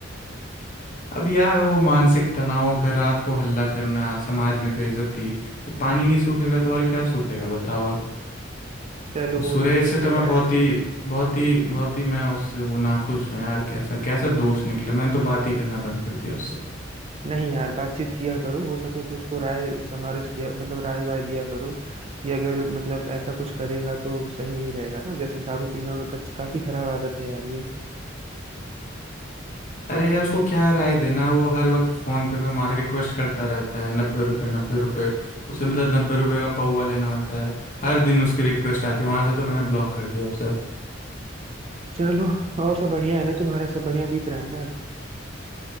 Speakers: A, on the left; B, on the right.
A: अब यार वो मानसिक तनाव घर रात को हल्ला करना समाज में बेइज्जती तो पानी नहीं सूखेगा तो और क्या सूखेगा बताओ आप
B: चलो वो
A: सुरेश
B: तो ठीक
A: से तो
B: है
A: मैं
B: यार
A: बहुत ही बहुत ही बहुत ही मैं उससे वो नाखुश हूँ यार कैसा कैसा दोस्त निकला मैंने तो बात ही करना बंद कर दिया
B: नहीं यार बातचीत किया करो हो सके तो उसको राय समारस किया मतलब राय वाय दिया करो कि अगर मतलब ऐसा कुछ करेगा तो सही नहीं रहेगा ना जैसे दारू पीना कच- काफी खराब आदत है यार ये
A: अरे यार उसको क्या राय देना वो हर वक्त फोन पे पे मांग रिक्वेस्ट करता रहता है नब्बे रुपए नब्बे रुपए उसे मतलब नब्बे रुपए का पौवा लेना होता है हर दिन उसकी रिक्वेस्ट आती है वहां से तो मैंने ब्लॉक कर दिया उसे अब।
B: चलो और सब बढ़िया है ना तुम्हारा सब बढ़िया बीत रहा है ना